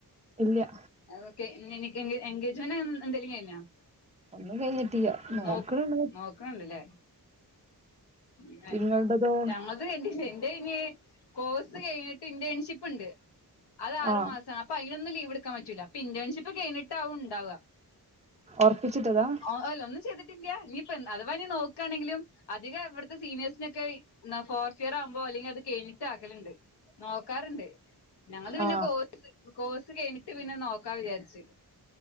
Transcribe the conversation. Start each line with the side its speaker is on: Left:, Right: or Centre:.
Right: ഇല്ല
Left: ഓക്കെ എനിക്ക് എൻഗേജ്മെന്റ് എന്തെങ്കിലും കയ്ഞ്ഞൊ?
Right: ഒന്നും കഴിഞ്ഞിട്ടില്ല നോക്കണണ്ട്
Left: നോ നോക്ക്ണണ്ടല്ലേ പിന്നെ
Right: നിങ്ങളുടേതോ
Left: ഞങ്ങള്ത് <unintelligible> ഇതയ്ന് കോഴ്സ് കഴിഞ്ഞിട്ട് ഇന്റേൺഷിപ്പ്ണ്ട് അത് ആറു
Right: ആ
Left: മാസാണ് അപ്പ അയിനൊന്നും ലീവ് ഇട്ക്കാൻ പറ്റൂല അപ്പ ഇന്റെൺഷിപ്പ് കയിഞ്ഞിട്ടാവും ഇണ്ടാവ
Right: ഒർപ്പിച്ചിട്ടതാ
Left: ഓ അല്ല ഒന്നും ചെയ്തിട്ടിയില്ല്യ, നീ ഇപ്പോ എന്ത് അഥവാ നീ നോക്കുകയാണെങ്കിലും അധികം ഇവിടുത്തെ സീനിയേഴ്സിനൊക്കെ. ഇന്നാ ഫോർത്ത് ഇയർ ആവുമ്പോ അല്ലെങ്കി അത് കെയ്ഞ്ഞിട്ട് ആക്കൽണ്ട് നോക്കാറുണ്ട് ഞങ്ങള്ത് പിന്നെ
Right: ആ
Left: കോഴ്സ് കോഴ്സ് കെഴിഞ്ഞിട്ട് പിന്നെ നോക്കാ വിചാരിച്ച്